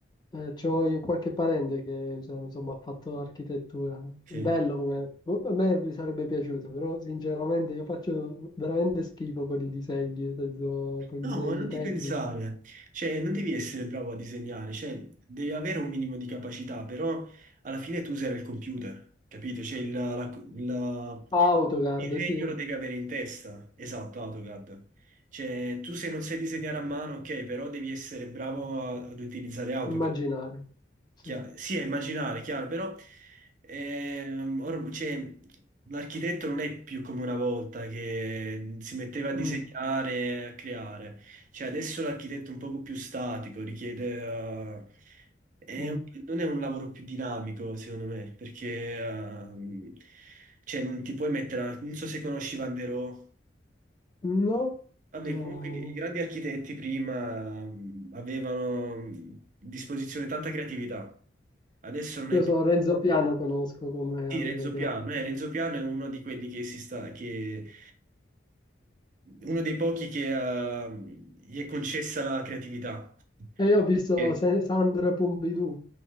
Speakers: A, on the left (about 20°); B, on the right (about 45°).
A: eh, c'ho io qualche parente che insomma, ha fatto architettura. Bello
B: Sì.
A: come... boh, A me mi sarebbe piaciuto, però sinceramente io faccio veramente schifo con i disegni, nel senso, con i
B: No,
A: disegni
B: ma non
A: tecnici.
B: ti pensare, cioè non devi essere bravo a disegnare, cioè devi avere un minimo di capacità, però alla fine tu userai il computer, capito? Cioè il, la- la-
A: AutoCAD,
B: il disegno
A: sì,
B: lo devi avere in testa, esatto, AutoCAD. Cioè tu se non sai disegnare a mano, ok, però devi essere bravo a- ad utilizzare AutoCAD.
A: immaginare. Sì.
B: Chia- sì, è immaginare, chiaro, però ehm, or- cioè, l'architetto non è più come una volta che si metteva a disegnare,
A: Mm,
B: a creare. Cioè, adesso l'architetto è un poco più statico, richiede... eh, è
A: mm.
B: un- non è un lavoro più dinamico, secondo me, perché ehm, cioè, non ti puoi mettere... a- non so se conosci Van der Rohe.
A: No,
B: Vabbè,
A: no.
B: comunque i grandi architetti prima mh, avevano mh, a disposizione tanta creatività. Adesso non è
A: Io so
B: più.
A: Renzo Piano conosco come
B: Sì,
A: aveva
B: Renzo
A: gra-
B: Piano, eh, Renzo Piano è uno di quelli che si sta, che uno dei pochi che ha- gli è concessa la creatività.
A: E io ho visto
B: Perché-
A: Se- Sandra Pompidou